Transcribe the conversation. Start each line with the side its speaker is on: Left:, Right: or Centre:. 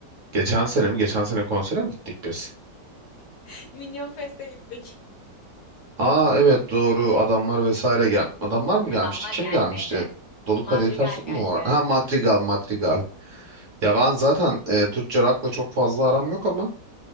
Right: Geçen sene mi? Geçen sene konsere mi gittik biz?
Left: <laughs> Minyon Fest'e gittik.
Right: Aa evet doğru adamlar vesaire gel. Adamlar mı gelmişti?
Left: Adamlar
Right: Kim
Left: gelmedi.
Right: gelmişti? Dolu
Left: Madrigal
Right: Kadehi Ters mu
Left: geldi.
Right: var? Ha Madrigal Madrigal. Ya ben zaten e, Türkçe rock'la çok fazla aram yok ama